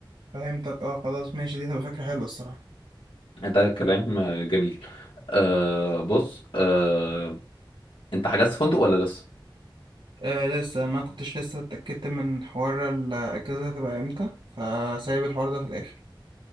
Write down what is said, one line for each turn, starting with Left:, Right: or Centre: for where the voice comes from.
Right: فهمتك اه خلاص ماشي دي تبقى فكرة حلوة الصراحة
Left: ده كلام آه، جميل أه بص أه أنت حجزت فندق ولا لسه؟
Right: آه لسه ما كنتش لسه اتأكدت من حوار الأجازة هتبقى امتى فسايب الحوار ده في الآخر